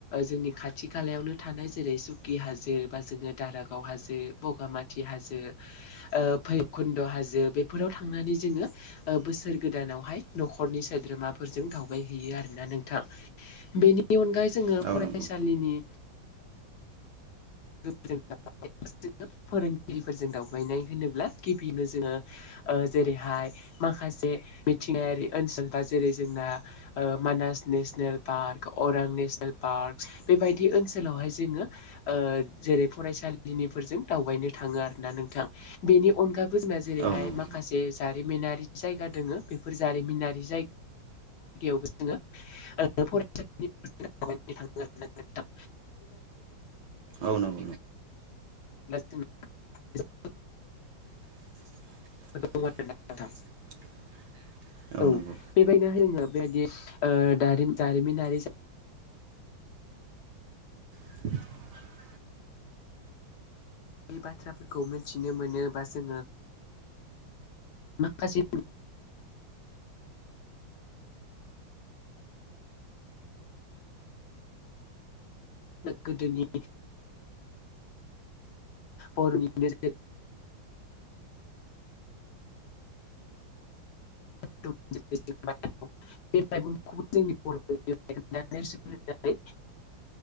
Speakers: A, on the left; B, on the right.
A: जोंनि खाथि खालायावनो थानाय जेरै सुकि हाजो बा जोङो दारागाव हाजो बगामाथि हाजो भैरबकुन्द' हाजो बेफोराव थांनानै जोङो बोसोर गोदानावहाय न'खरनि सोद्रोमाफोरजों दावबायहैयो आरोना नों नोंथां बेनि अनगायै जोङो
B: औ
A: फरायसालिनि
B: नंगौ
A: <unintelligible> लोगो फोरोंगिरिफोरजों दावबायनाय होनोब्ला गिबियावनो जोङो जेरैहाय माखासे मिथिंगायारि ओनसोल बा जेरै जोंना मानास नेसनेल पार्क अरां नेसनेल पार्क बेबायदि ओनसोलावहाय जोङो ओ जेरै फरायसालिनिफोरजों दावबायनो थाङो आरोना नोंथां बेनि अनगाबो जोंना जेरैहाय
B: औ नंगौ
A: माखासे जे जारिमिनारि जायगा दोङो बेफोर जारिमिनारि जायगा जायगायावबो जोङो फरायसालि थाङो आरोना
B: औ नंगौ औ नंगौ
A: <inaudible> <inaudible> <unintelligible>
B: <inaudible>
A: नोंथां
B: नंगौ
A: औ बेबायदि नोङो बेबायदि दारिमिनारि
B: <inaudible>
A: बे बाथ्राफोरखौ मिथिनो मोनोबा जोङो माखासे गोदोनि बर'नि <inaudible> बे माइगंखौबो जोंनि बर